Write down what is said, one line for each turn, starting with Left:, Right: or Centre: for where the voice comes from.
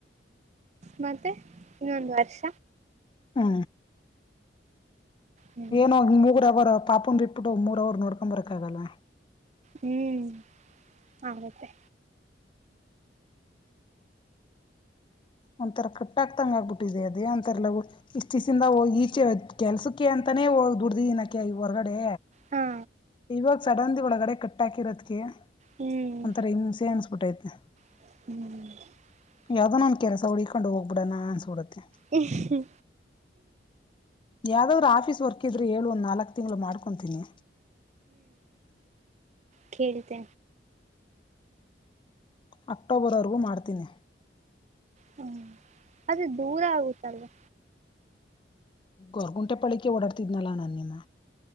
Right: ಮತ್ತೆ ಇನ್ನೊಂದು ವರ್ಷ
Left: ಹಾ
Right: ಹ್ಮ್
Left: ಏನ ಮೂಗರ ಬರ ಪಾಪಂದ ಬಿಟ್ಬಿಟ್ಟು ಮೂರ್ ಅವರು ನೋಡ್ಕೊ್ ಬರಕ್ ಆಗಲ್ಲ
Right: ಹ್ಮ್ ಆಗತ್ತೆ
Left: ಒಂಥರ ಕಟ್ಟಕ್ತಂಗ ಆಗ್ಬಿಟ್ಟಿದೆ ಅದೇ ಅಂತರಲ್ಲಾ ಇಷ್ಟಿಂದ ಹೋಗಿ ಈಚೆ ಕೆಲ್ಸಕ್ಕೆ ಅಂತಾನೇ ಹೋಗ್ ದುಡ್ದು ಇಿನಕ ಈ ಹೊರಗಡೆ
Right: ಹ್ಮ
Left: ಇವಾಗ ಸಡನ್ದ ಒಳಗಡೆ ಕಟ್ಟಾಕಿರೋದಕ್ಕೆ
Right: ಹ್ಮ್
Left: ಒಂಥರ ಇನ್ಸ ನ್ ಬಿಟ್ಟೈತೆ
Right: ಹ್ಮ್
Left: ಯಾವ್ದೋ ನನ್ ಕೆಲಸ ಉಡಕೊಂಡು ಹೋಗ್ ಬಿಡಣ ಅನ್ಸಬಿಡತ್ತತಿ
Right: ಹ ಹ್ಮ
Left: ಯಾವ್ದಾದ್ರ್ ಆಫೀಸ್ ವರ್ಕ್ ಇದ್ರ ಹೇಳುವ ಒಂದ ನಾಲ್ಕಕ್ ತಿಂಗಳು ಮಾಡ್ಕೊತೀನಿ
Right: ಕೇಳ್ತ
Left: ಅಕ್ಟೋಬರ್ವರೆಗೂ ಮಾಡ್ತೀನಿ
Right: ಹ್ಮ ಅದೇ ದೂರ ಆಗುತ್ತಲ್ವಾ
Left: ಈಗ ಹೊರ್ಗುಂಟೆ ಪಳಿಕೆ ಓಡಾಡ್ತಿದ್ನಲ್ಲಾ ನಾ ನಿಮ್ಮ